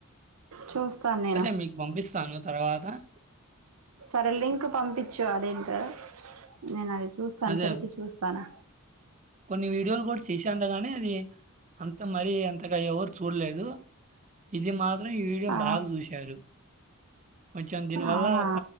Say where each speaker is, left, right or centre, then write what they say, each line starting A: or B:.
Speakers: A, on the right (about 90°); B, on the right (about 35°).
A: చూస్తాను నేను
B: అదే మీకు పంపిస్తాను తర్వాత అ
A: సరే లింక్ పంపిచు అదేంటో నేను అది చూస్తాను
B: అదే
A: తెరిచి చూస్తాను
B: కొన్ని వీడియోలు కూడా చేసాంట గానీ అది అంత మరి అంతగా ఎవరు చూడలేదు ఇది మా నూన ఈ వీడియోను
A: ఆ
B: బాగా చూశారు కొంచెం దీని వల్ల
A: అవునా
B: ఒక